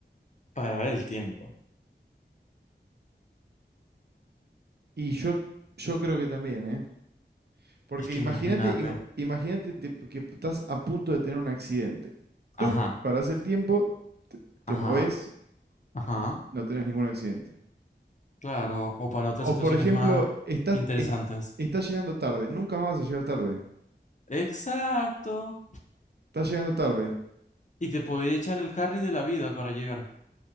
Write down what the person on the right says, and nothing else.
y yo, yo creo que también, ¿eh? Porque
imagínate,
ima- imagínate te- que estás a punto de tener un accidente. Tú
parás el tiempo, te, te
movés,
no tenés ningún accidente.
O
por ejemplo,
estás,
es- estás llegando tarde, nunca más vas a llegar tarde.
Estás llegando tarde,